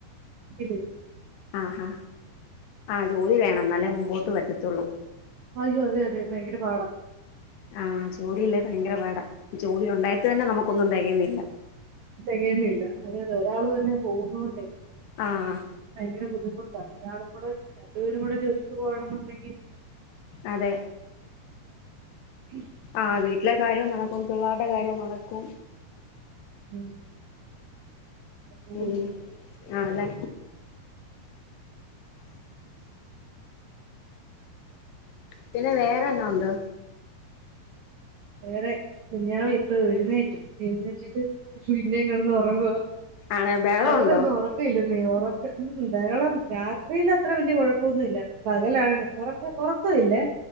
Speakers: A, on the right (about 70°); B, on the left (about 80°).
A: ഇല്ലില്ല
B: ആഹാ ആ ജോലി വേണം എന്നാലേ മുമ്പോട്ട് പറ്റത്തുള്ളൂ
A: അയ്യോ അതെ അതെ ഭയങ്കര പാടാ
B: ആഹജോലില്ലേ ഭയങ്കര പാടാ ജോടിി ഉണ്ടായിട്ട തന്നെ നമുക്കൊന്നും തകയുന്ണില്ല
A: അതെതെ ഒരാൾ തന്നെ പോകുന്നണ്ടേ
B: ആഹ്
A: ഭയങ്കര ബുദ്ധിമുട ഒരാളും കൂടെണ്ടുപേരും കൂടെ ജോലിക്ക് പോകണം എന്നുണ്ടെങ്കിൽല്ല
B: അതെ
A: <inaudible>
B: ആ വീട്ടിലെ കാര്യവും നടക്കും പിള്ളേരുടെ കാര്യവും നടക്കും
A: ഉം പോന്നു
B: ഉം ആണല്ലേ പിന്നെ വേറെ എന്നാഉണ്ട്
A: വേറെ കുഞ്ഞാവ ഇപ്പൊ എഴുന്നേറ്റും എഴുന്നേറ്റിട്ട് ഇന്നയും കിണന്ന് ഉറങ്ങു പോവാ
B: ആണ് ബഹളം
A: പകലൊന്നും
B: ഉണ്ടോ
A: ഉറക്കവി ല്ല ഉറക്ക ഉ ബഹളം രാത്രിയിൽ അത്ര വലിയ കുഴപ്പൊന്നുവില്ല പകലാണ് ഉറക്ക ഉറക്ക വില്ലേ